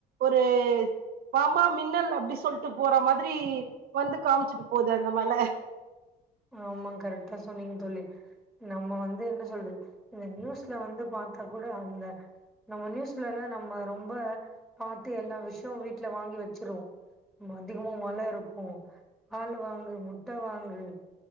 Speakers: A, on the right (about 65°); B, in the centre.
A: ஒரு வாமா மின்னல் அப்டி சொல்ட்டு போற மாதிரி வந்து காமிச்சுட்டு போது அந்த மழை
B: ஆமா கரெக்டா சொன்னிங்க தோழி நம்ம வந்து என்ன சொல்றது இந்த நியூஸ்ல வந்து பாத்தா கூட அந்த நம்ம நியூஸ்லலா நம்ம ரொம்ப பாத்து எல்லா விஷயமு வீட்ல வாங்கி வச்சிருவோ அதிகமா மழை இருக்கு பால் வாங்கு முட்ட வாங்கு